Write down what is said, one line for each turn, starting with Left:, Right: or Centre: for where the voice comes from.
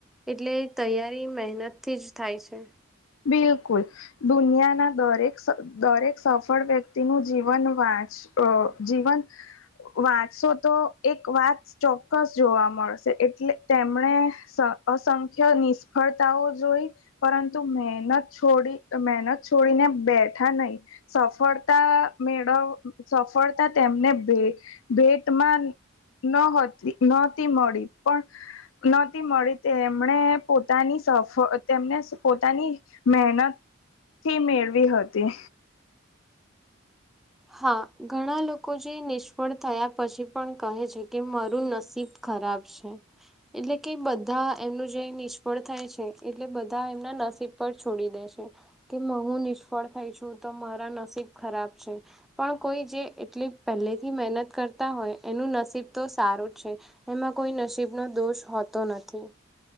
Centre: એટલે તૈયારી મહેનતથી જ થાય છે.
Left: બિલકુલ! દુનિયાના દરેક દરેક સફળ વ્યક્તિનું જીવન વાંચ અ જીવન વાંચશો તો એક વાત ચોક્કસ જોવા મળશે, એટલે તેમણે સ અસંખ્ય નિષ્ફળતાઓ જોઈ પરંતુ તો મહેનત છોડી મહેનત છોડીને બેઠા નહી સફળતા મેળવ સફળતા તેમને ભે ભેટમાં નતી નહોતી મળી પણ નતી મળી તેમણે પોતાની સફ <inaudible> તેમને પોતાની મહેનતથી મેળવી હતી.
Centre: હા ઘણા લોકો જે નિષ્ફળ થયા પછી પણ કહે છે કે, મારું નસીબ ખરાબ છે. એટલે કે બધા એમનું જે નિષ્ફળ થાય છે એટલે બધા એમના નસીબ પર છોડી દે છે. કે હું નિષ્ફળ થઈ છું, તો મારા નસીબ ખરાબ છે. પણ કોઈ જે એટલી પહેલેથી મહેનત કરતા હોય એનું નસીબ તો સારું છે એમાં કોઈ નસીબનો દોષ હોતો નથી